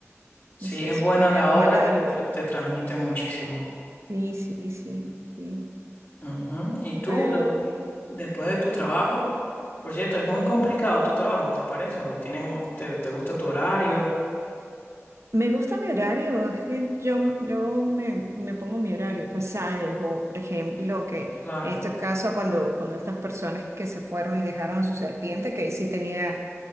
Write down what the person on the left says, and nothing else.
Si
es
buena
la
obra,
te, te- te transmite muchísimo.
Ujú. Y tú,
después de tu trabajo, por cierto, es muy complicado tu trabajo, ¿te parece? ¿O tienes un, te, te gusta tu horario?
Claro,